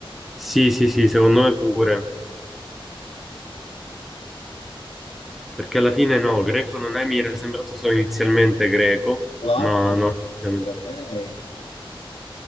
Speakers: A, in the centre; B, on the left.
A: Sì, sì, sì, secondo me pure. Perché alla fine no, greco non è, mi era sembrato solo inizialmente greco,
B: polacco,
A: ma
B: non
A: no. effettivamente
B: saprei.
A: no.